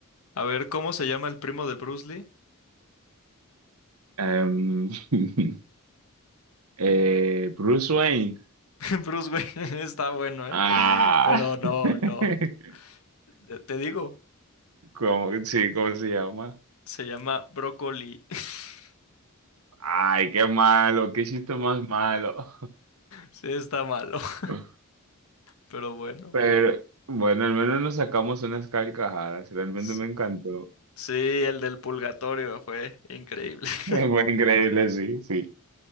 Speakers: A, on the left; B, on the right.
A: A ver, ¿cómo se llama el primo de Bruce Lee?
B: Em, <laughs> eh, Bruce Wayne.
A: <laughs> Bruce Wayne <laughs> está bueno, ¿eh?
B: Ah.
A: Pero no,
B: <laughs>
A: no. Te te digo,
B: ¿Cómo, sí, cómo se llama?
A: se llama brócoli. <laughs>
B: Ay, qué malo, qué chiste más malo.
A: Sí, está malo, <laughs>
B: <laughs>
A: pero bueno.
B: Pero bueno, al menos nos sacamos unas carcajadas. Realmente
A: Sí,
B: me encantó.
A: sí, el del purgatorio fue increíble.
B: <laughs>
A: <laughs>
B: Fue increíble, sí, sí.